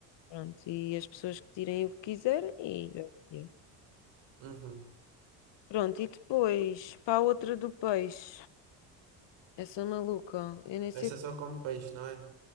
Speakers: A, on the left; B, on the right.
A: Pronto, e as pessoas que tirem o que quiserem e... é o que é.
B: Uhum.
A: Pronto, e depois, para a outra do peixe. Essa maluca, eu nem sei
B: Essa é só come peixe, não é?